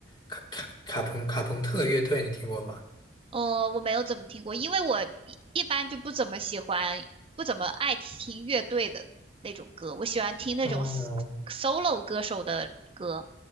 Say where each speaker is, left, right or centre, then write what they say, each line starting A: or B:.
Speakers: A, on the left; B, on the right.
A: 卡卡卡朋卡朋特乐队，你听过吗？
B: 呃，我没有怎么听过，因为我一一般就不怎么喜欢，不怎么爱听乐队的那种歌，我喜欢听那种
A: 哦，
B: s- solo 歌手的歌。